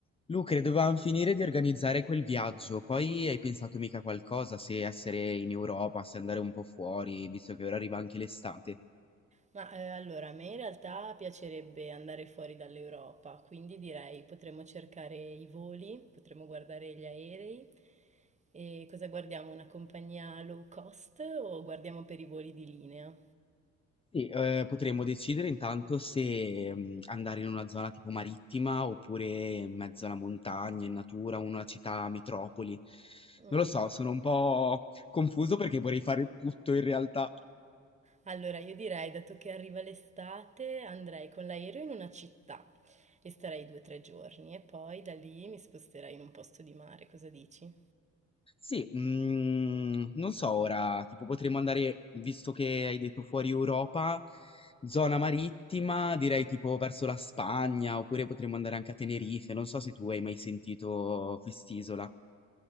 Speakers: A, on the left; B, on the right.
A: Lucre, dovevamo finire di organizzare quel viaggio, poi hai pensato mica qualcosa se essere in Europa, se andare un po' fuori, visto che ora arriva anche l'estate.
B: Ma eh, allora, a me in realtà piacerebbe andare fuori dall'Europa, quindi direi potremmo cercare i voli, potremmo guardare gli aerei. E cosa guardiamo? Una compagnia low cost o guardiamo per i voli di linea?
A: E, eh, potremmo decidere intanto se mm, andare in una zona tipo marittima oppure in mezzo alla montagna, in natura, una città metropoli.
B: Mm.
A: Non lo so, sono un po' confuso perché vorrei fare tutto in realtà.
B: Allora, io direi, dato che arriva l'estate, andrei con l'aereo in una città e starei due o tre giorni e poi da lì mi sposterei in un posto di mare. Cosa dici?
A: Sì, mm, non so ora, tipo potremmo andare, visto che hai detto fuori Europa, zona marittima, direi tipo verso la Spagna, oppure potremmo andare anche a Tenerife, non so se tu hai mai sentito quest'isola.